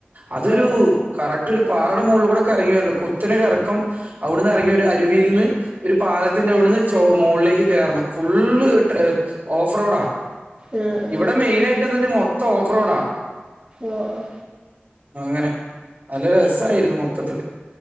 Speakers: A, on the right; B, on the right.
A: അതൊരു
B: ആഹ് ആഹ്
A: കറക്ട് റ്റൊ പാറയുടെ മുകളില കൂടെ ഒക്കെ ഇറങ്ങി വരുന്നു കുത്തന്നെ ഇറക്കം അവിടുന്ന് ഇറങ്ങി ഒരു അരുവിയിൽ നിന്ന് ഒരു പാലത്തി പിന്നെ അവിടുന്ന് ചെ മുകളിലേക്ക് കയറണം ഫുള് ഓഫ്റോഡാ
B: ഉം ഉം
A: ഇവിടെ മെയിന ആയിട്ട് എന്താ വച്ചാ മൊ മൊത്തം ഓഫ് റോഡാ
B: ഓഹ് ഓഹ്
A: അങ്ങനെ നല്ല രസായിരുന്നു മൊത്തത്തില്